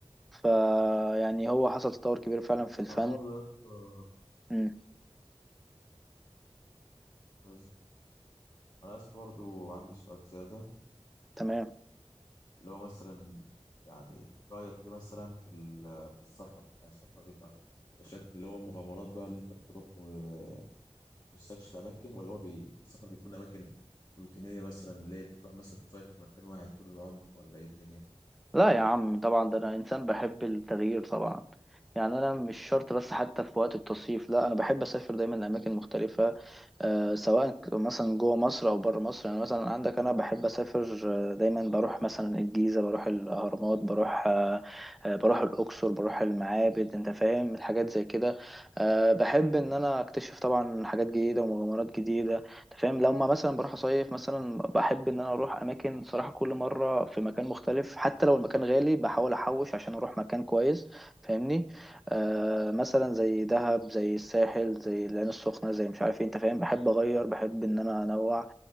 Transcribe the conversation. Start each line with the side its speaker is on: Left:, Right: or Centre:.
Centre: فيعني هو حصل تطور كبير فعلا في الفن
Left: انا برضو يا اسطى-
Centre: مم.
Left: بز- انا لسه برضو عندي سؤال زياده
Centre: تمام
Left: اللي هو مثلا يعني رايك ايه مثلا في ال... في السفر يعني السفر يبقى بشكل اللي هو مغامرات بقى اللي انت بتروح و- وتستكشف اماكن ولا هو بي... السفر بيكون اماكن روتينيه مثلا اللي هي بتروح مثلا تصيف في مكان واحد طول العمر ولا ايه الدنيا
Centre: لا يا عم طبعا ده انا انسان بحب التغيير طبعا يعني انا مش شرط بس حتى في وقت التصيف لا انا بحب اسافر دايما لاماكن مختلفه آه سواء ك- مثلا جوه مصر او بره مصر يعني مثلا عندك انا بحب اسافر آه، دايما بروح مثلا الجيزه بروح الاهرامات بروح آه آه، بروح الاقصر بروح المعابد انت فاهم الحاجات زي كده آه بحب ان انا اكتشف طبعا حاجات جديده ومغامرات جديده أنت فاهم لما مثلا بروح اصيف مثلا بحب ان انا اروح اماكن صراحه كل مره في مكان مختلف حتى لو المكان غالي بحاول احوش عشان اروح مكان كويس فاهمني آه مثلا زي دهب زي الساحل زي العين السخنه زي مش عارف ايه انت فاهم بحب اغير بحب ان انا انوع